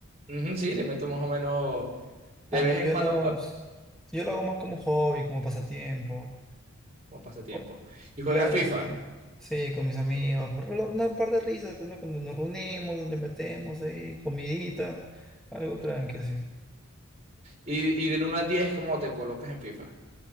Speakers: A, on the right; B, in the centre.
A: Ujú, sí, le meto más o menos de
B: Ah, no,
A: vez
B: yo
A: en cuando,
B: no.
A: pero
B: s- Yo lo hago más como hobby, como pasatiempo.
A: como pasatiempo.
B: O-
A: Y juegas
B: claro,
A: FIFA.
B: sí. Sí, con mis amigos. por lo- Una par de risas, pues, ¿no? Cuando nos reunimos, le metemos ahí, comidita, algo tranqui, así.
A: Y, y del uno al diez ¿cómo te colocas en FIFA?